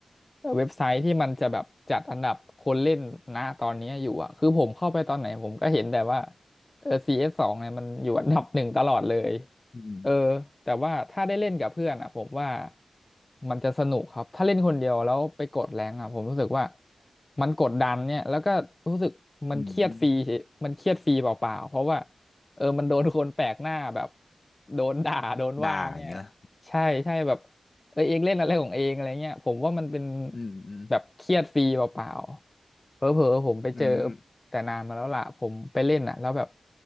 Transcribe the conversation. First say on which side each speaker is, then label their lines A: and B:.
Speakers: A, on the left (about 30°); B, on the left (about 50°).
A: เอ่อเว็บไซต์ที่มันจะแบบจัดอันดับคนเล่นนะตอนนี้อยู่อะคือผมเข้าไปตอนไหนผมก็เห็นแต่ว่าเออซีเอสสองเนี่ยมันอยู่อันดับหนึ่งตลอดเลย
B: อืม
A: เออแต่ว่าถ้าได้เล่นกับเพื่อนอ่ะผมว่ามันจะสนุกครับถ้าเล่นคนเดียวแล้วไปกดแรงอ่ะผมรู้สึกว่ามันกดดันเนี่ยแล้วก็รู้สึกมันเครียดฟรีเฉยมันเครียดฟรีเปล่าๆเพราะว่า
B: อืม
A: เออมันโดนคนแปลกหน้าแบบโดนด่าโดนว่าเนี่ย
B: ด่าอย่างนี้ละ
A: ใช่ใช่แบบเออเองเล่นอะไรของเองอะไรเงี้ยผมว่ามันเป็น
B: อืมอืม
A: แบบเครียดฟรีเปล่าๆเผลอๆผมไปเจอ
B: อืม
A: แต่นานมาแล้วล่ะผมไปเล่นอ่ะแล้วแบบ